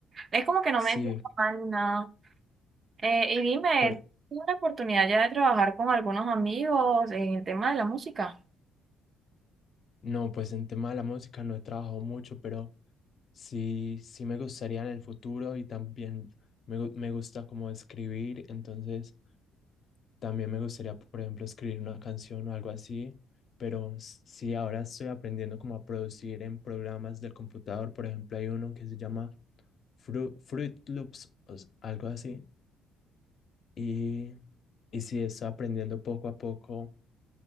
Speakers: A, on the right; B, on the left.
A: es como que no
B: Sí,
A: me siento mal ni nada Eh, y dime,
B: pero
A: ¿tuve la oportunidad ya de trabajar con algunos amigos en el tema de la música?
B: no, pues en tema de la música no he trabajado mucho, pero sí, sí me gustaría en el futuro y también me, gu- me gusta como escribir, entonces También me gustaría, por ejemplo, escribir una canción o algo así, pero s- sí, ahora estoy aprendiendo como a producir en programas del computador. Por ejemplo, hay uno que se llama Fru- Fruit Loops o s- algo así. Y, y sí, estoy aprendiendo poco a poco,